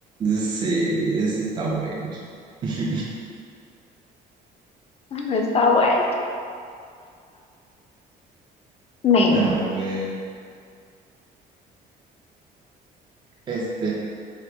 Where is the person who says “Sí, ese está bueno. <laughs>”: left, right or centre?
Right